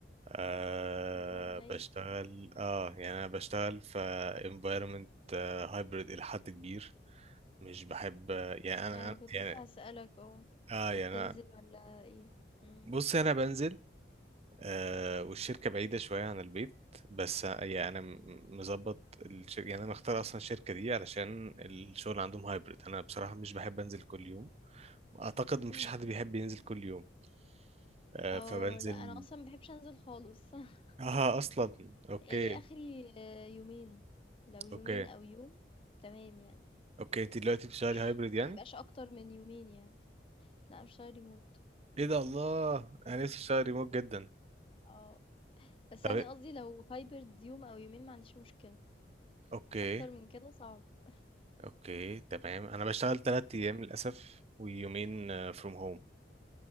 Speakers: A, on the right (about 35°); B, on the left (about 30°).
A: آه
B: إيه ده nice.
A: بشتغل اه يعني انا بشتغل في environment آه hybrid إلى حد كبير مش بحب يعني انا
B: أنا كنت
A: يعني
B: لسه هاسألك آه،
A: اه
B: أنت
A: يعني
B: بتنزل
A: أنا-
B: والّا إيه؟ إمم،
A: بص انا بنزل آه والشركة بعيدة شوية عن البيت بس يعني أنا م-
B: إمم،
A: مظبط الشركة يعني أنا مختار أصلا الشركة دي علشان الشغل عندهم هايبرد أنا بصراحة مش بحب أنزل كل يوم أعتقد مفيش
B: إمم.
A: حد بيحب ينزل كل يوم آه
B: آه،
A: فبنزل
B: لأ أنا أصلًا ما باحبش أنزل خالص <laughs>
A: آه أصلا أوكي
B: يعني آخري آآ يومين، لو يومين
A: أوكي
B: أو يوم تمام يعني،
A: أوكي أنت دلوقتي بتشتغلي
B: بس مش
A: هايبرد يعني
B: ما يبقاش أكتر من يومين يعني. لأ أنا باشتغل remote.
A: إيه ده الله أنا نفسي أشتغل ريموت جدا
B: آه، بس
A: طب
B: يعني
A: إيه؟
B: قصدي لو hybrid يوم أو يومين ما عنديش مشكلة
A: أوكي
B: أكتر من كده صعب
A: أوكي
B: <laughs>
A: تمام أنا بشتغل تلات
B: مم.
A: أيام للأسف ويومين فروم هوم